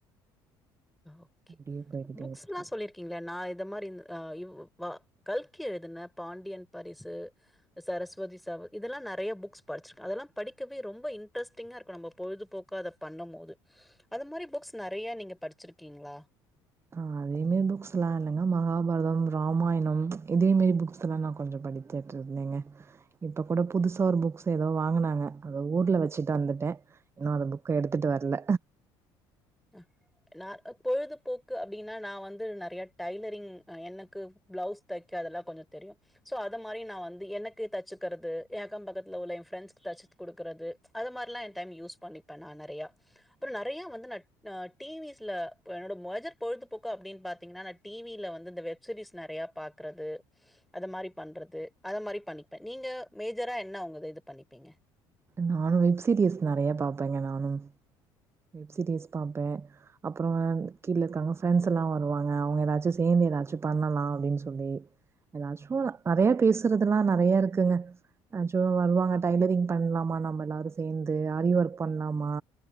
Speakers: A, in the centre; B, on the right (about 25°).
A: ஓகே
B: அப்டியே போய்கிட்டே
A: புக்ஸ்லா
B: இருக்கு
A: சொல்லிரு கிங்ளா நா இத மாரி ந் அ வ் வா கல்கி எதுன பாண்டியன் பரிசு சரஸ்வதி சவ இதெல்லா நறைய புக்ஸ் படிச்சிருக்க அதெல்லா படிக்கவே ரொம்ப இன்ட்ரெஸ்டிங்கா இருக்கு நம்ம பொழுதுபோக்கா பண்ணும் போது அந்த மாரி புக்ஸ் நறைய நீங்க படிச்சிருக்கீங்ளா
B: ஆ அதே மாரி புக்ஸ்லா இல்லங்க மகாபாரதம் ராமாயணம் இதே மாரி புக்ஸ்லா நா கொஞ்சோ படிப் கேட்ருந்தீங்க இப்ப கூட புதுசா ஒரு புக்ஸ் ஏதோ வாங்குனாங்க அத ஊர்ல வச்சுட்டு வந்துட்ட இன்னு அந்த புக்க எடுத்துட்டு வர்ல
A: ஆ நா பொழுதுபோக்கு அப்டின்னா நா வந்து நறைய டைலரிங் எனக்கு பிளவுஸ் தைக்கா அதெல்லா கொஞ்சோ தெரியு சோ அது மாரி நா வந்து எனக்கு தச்சுக்கறது ஏ அக்கம் பக்கத்துல உள்ள என் ஃப்ரெண்ட்ஸ்க்கு தச்சு குடுக்கறது அத மாரிலா என் டைம் யூஸ் பண்ணிப்பே நா நறையா அப்புற நறைய வந்து ந நா டிவிஸ்ல என்னோட மொஜர் பொழுதுபோக்கு அப்டின்னு பாத்தீங்கன்னா டிவில வந்து இந்த வெப் சீரீஸ் நறைய பாக்றது அ மாரி பண்றது அத மாரி பண்ணிப்ப நீங்க மேஜரா என்ன உங்க இது பண்ணிப்பீங்க
B: நானு வெப் சீரிஸ் நெறைய பாப்பேங்க நானு வெப்சீரிஸ் பாப்பே அப்றோ கீழ இருக்காங்க ஃப்ரெண்ட்ஸ் எல்லா வருவாங்க அவுங்க ஏதாச்சு சேந்து ஏதாச்சு பண்ணலா அப்டின் சொல்லி ஏதாச்சு நெறையா பேசுறதெல்லா நெறையா இருக்குங்க ஆக்சுவலா வருவாங்க டைலரிங் பண்லாமா நம்ம எல்லாரு சேந்து ஆரி ஒர்க் பண்லாமா